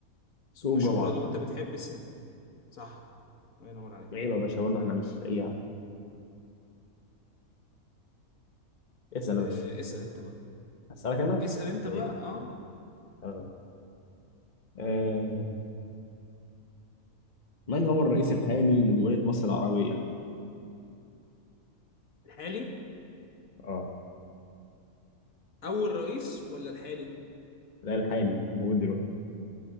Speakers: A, on the left; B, on the left.
A: سوق
B: دي مشهورة
A: الجمعة
B: لو انت بتحب السينما صح الله ينور عليك
A: عيب يا باشا برضه احنا مش أي حاجة اسأل يا
B: آه،
A: باشا
B: اسأل انت بقى
A: أسألك أنا
B: اسأل انت
A: زي
B: بقى اه
A: آه. آه. من هو الرئيس الحالي لجمهورية مصر العربية؟
B: الحالي
A: اه
B: اول رئيس ولا الحالي
A: لا الحالي الموجود دلوقتي